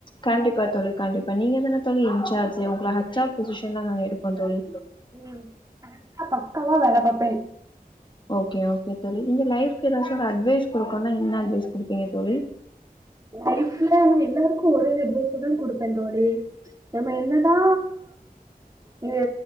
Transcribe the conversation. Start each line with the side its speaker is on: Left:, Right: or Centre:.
Left: கண்டிப்பா தோழி கண்டிப்பா நீங்க தான தோழி இன்சார்ஜ் உங்க ஹெச் ஆர் பொசிஷன்ல நாங்க எடுப்போ தோழி
Right: ம் கரெக்ட்டா பக்கவா வேல பாப்பே
Left: ஓகே ஓகே தோழி நீங்க லைஃப்க்கு எதாச்சு அட்வைஸ் குடுக்கோனா என்ன அட்வைஸ் குட்ப்பீங்க தோழி
Right: லைஃப்ல நா எல்லார்க்கு ஒரே ஒரு அட்வைச தா குடுப்ப தோழி நம்ம என்னதா இது